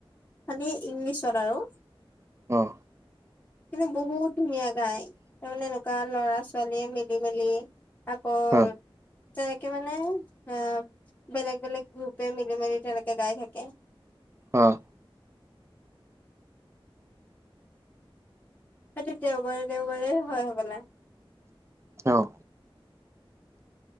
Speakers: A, on the left (about 20°); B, on the right (about 30°).
A: খালি ইংলিছত আৰু।
B: অঁ।
A: কিন্তু বহুত ধুনীয়া গাই, তাৰমানে এনেকুৱা ল'ৰা চল মিলিমিলি আকৌ <inaudible>
B: অহ।
A: তেনেকে মানে আহ বেলেগ- বেলেগ গ্ৰুপে মিলি মেলি তেনেকে গাই থাকে।
B: অঁ।
A: হয়টো দেওবাৰে দেওবাৰে হয় হবলা <inaudible>
B: অঁ।